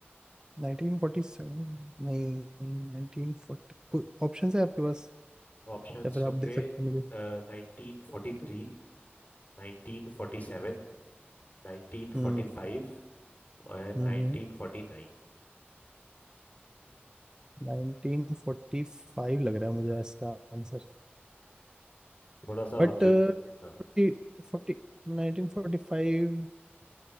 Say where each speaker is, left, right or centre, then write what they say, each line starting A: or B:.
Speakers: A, on the right (about 20°); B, on the left (about 40°).
A: 1947 नहीं 1940 कोई ऑप्शन है आपके पास
B: ऑप्शंस
A: या फिर
B: होंगे
A: आप दे सकते हैं मुझे
B: nineteen forty three nineteen forty seven nineteen
A: हम्म
B: forty five और
A: हम्म
B: नाइनटीन फोर्टी नाइन
A: 1945 लग रहा है मुझे इसका आंसर
B: थोड़ा सा
A: बट
B: और जो
A: फोर्टी
B: हाँ
A: फोर्टी 1945